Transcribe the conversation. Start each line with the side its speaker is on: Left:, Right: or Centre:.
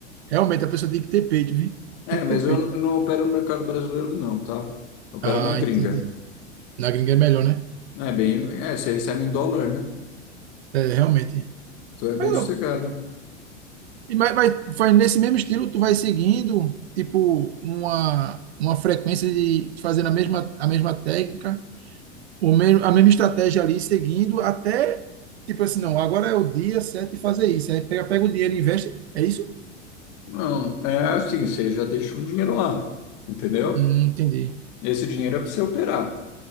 Right: Realmente, a pessoa tem que ter peito, viu?
Left: É,
Right: Tem que
Left: mas
Right: ter peito.
Left: eu não opero no mercado brasileiro, não, tá? Eu opero
Right: Ah,
Left: na gringa.
Right: entendi. Na gringa é melhor, né?
Left: É bem. É, você recebe em dólar, né?
Right: É, realmente.
Left: Então é bem
Right: Agora,
Left: sossegado.
Right: e mas, mas faz nesse mesmo estilo, tu vai seguindo, tipo, uma, uma frequência de fazendo a mesma, a mesma técnica, o mesmo, a mesma estratégia ali, seguindo, até, tipo assim, não, agora é o dia certo de fazer isso. Aí pega, pega o dinheiro e investe. É isso?
Left: Não, é assim, você já deixa um dinheiro lá, entendeu?
Right: Hum, entendi.
Left: Esse dinheiro é para você operar.